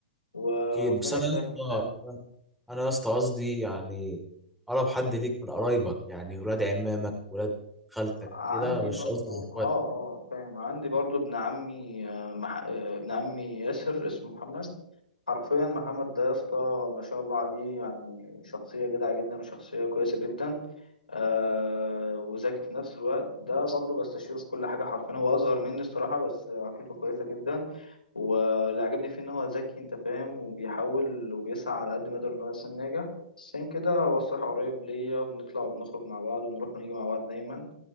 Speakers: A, on the left; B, in the centre.
A: وربنا
B: أكيد بس أنا
A: يسهل
B: يا
A: الحال
B: اسطى انا يا اسطى قصدي يعني اقرب حد ليك من قرايبك يعني ولاد عمامك ولاد خالتك
A: عندي
B: كده مش
A: برضو
B: قصدي على اخواتك
A: اه اه فاهم عندي برضو ابن عمي آه، مح... آه، ابن عمي ياسر اسمه محمد حرفيا محمد ده يا اسطى ما شاء الله عليه يعني شخصية جدعة جدا وشخصية كويسة جدا آه وذكي في نفس الوقت ده برضو بستشيره في كل حاجة حرفيا هو أصغر مني الصراحة بس عقليته كويسة جدا واللي عجبني فيه إن هو ذكي أنت فاهم وبيحاول وبيسعى على قد ما يقدر إن هو يكون ناجح عشان كده هو الصراحة قريب ليا وبنطلع وبنخرج مع بعض ونروح ونيجي مع بعض دايما